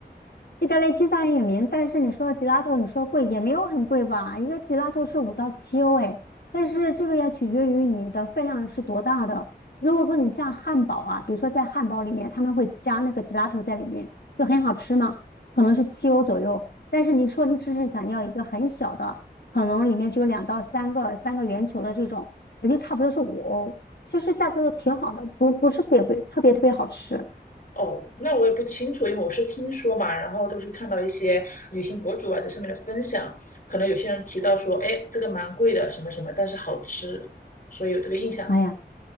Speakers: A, on the left; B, on the left.
A: 意大利披萨很有名，但是你说吉拉头，你说贵也没有很贵吧？一个吉拉头是五到七欧哎，但是这个要取决于你的分量是多大的。如果说你像汉堡啊，比如说在汉堡里面他们会加那个吉拉头在里面，就很好吃嘛，可能是七欧左右。但是你说你只是想要一个很小的，可能里面只有两到三个三个圆球的这种，也就差不多是五欧。其实价格挺好的，不不是特别贵，特别特别好吃。
B: 哦，那我也不清楚，因为我是听说嘛，然后都是看到一些旅行博主啊在上面的分享，可能有些人提到说，哎，这个蛮贵的，什么什么，但是好吃，所以有这个印象。
A: 哎呀。